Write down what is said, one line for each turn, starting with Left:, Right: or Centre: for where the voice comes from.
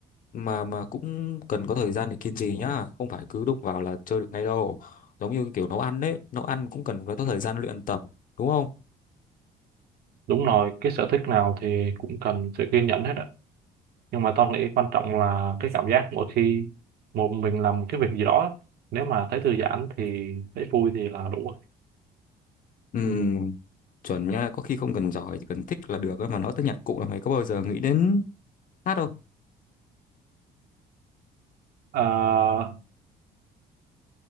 Left: mà mà cũng cần có thời gian để kiên trì nhá không phải cứ đụng vào là chơi được ngay đâu giống như kiểu nấu ăn đấy nấu ăn cũng cần phải có thời gian luyện tập đúng không
Right: đúng rồi cái sở thích nào thì cũng cần sự kiên nhẫn hết á nhưng mà tao nghĩ quan trọng là cái cảm giác mỗi khi một mình làm một cái việc gì đó á. nếu mà thấy thư giãn thì thấy vui thì là đủ rồi.
Left: ừ, chuẩn nha có khi không cần giỏi chỉ cần thích là được ấy mà nói tới nhặt cụ là mày có bao giờ nghĩ đến hát không
Right: à,